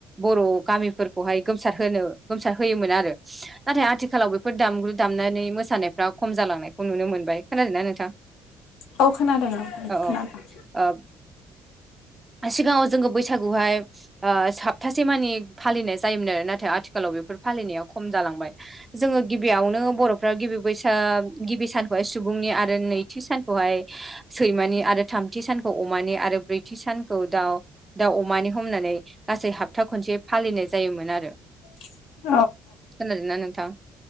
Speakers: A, on the right; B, on the left.
A: बर' गामिफोरखौहाय गोमसार होनो गोमसार होयोमोन आरो। नाथाय आथिखालाव बेफोर दामग्रु दामनानै मोसानायफ्रा खम जालांनायखौ नुनो मोनबाय। खोनादोंना नोंथां?
B: औ खोनादों आं ओं
A: औ
B: खोनादों।
A: ओ सिगाङाव जोङो बैसागुहाय ओ साप्थासे मानि फालिनाय जायोमोन आरो नाथाय आथिखालाव बे फोर फालिनायाव खम जालांबाय जोङो गिबियावनो बर'फ्रा गिबि बैसाग गिबि सानखौहाय सुबुंनि आरो नैथि सानखौहाय सैमानि आरो थामथि सानखौ अमानि आरो ब्रैथि सानखौ दाउ दाव अमानि हमनानै गासै हाबथा खनसे फालिनाय जायोमोन आरो।
B: <inaudible>
A: खोनादोंना नोंथां?